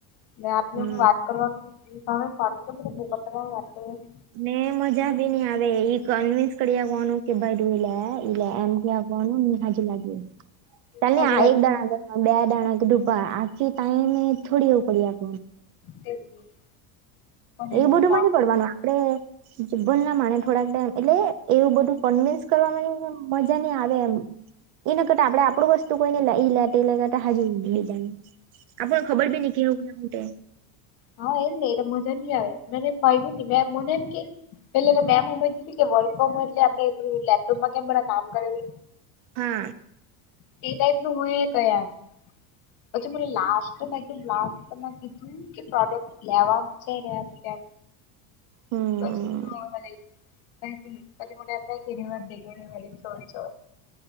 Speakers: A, on the left; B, on the right.
A: મે આપને
B: હા
A: હું વાત કરવાનું તમે ફ તો ભૂકત લગ <unintelligible>
B: ને મજા બી નઈ આવે ઈ કન્વીિન્સ કરી આવવાનું કે ભાઈું લ ઈલે એમ ક બન નિ હજુ લાગે ત
A: હજુ
B: આ
A: લાગે
B: એક દા બે દાણા કે ડુબા આખી ટાઈમે થોડી ઉકડી એ
A: પણ એમ
B: બધું
A: ફોન
B: ની પડવાનું આપડે જીબલ ના માણે થોડાક ટાઈમ એટલે એવું બધું કન્વિન્સ કરવા ની મજા નહી આવે એમ. એ ન કરતા આપડે આપણું વસ્તુ કોઈને એ લે એ લેતા હજુ બીજા. આપપણ ખબર બ નને કે હું તે.
A: હા એમ નઈ એટલે મજા નની આવે મેને કહ્યું ન મે મને એમ કે પેલે મેમ સમ કે વર્કફમ હોય એટલે આપે લેપટોપમાં કે કામ કરે.
B: હા.
A: તે ટાઈપ ન હું એ કઈ આમ. પછી મ લાસસ્ટમાં એકમ લાસમાં તું કે પ્રોડક્ટ લેવામ છે ને એમ તેમ.
B: હમ
A: વછ મને મળ <unintelligible> ક કદી મ આપ કેિ રવાત દેગરીવા ચ જ